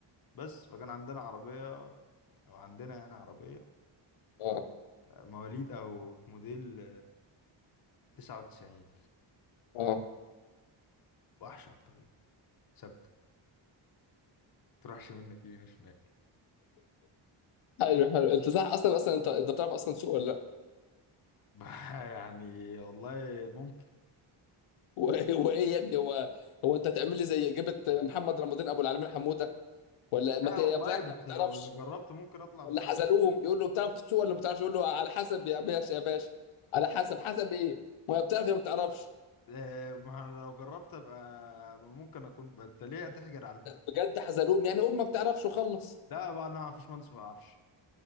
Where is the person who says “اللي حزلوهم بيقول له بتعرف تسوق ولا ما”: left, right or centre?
Left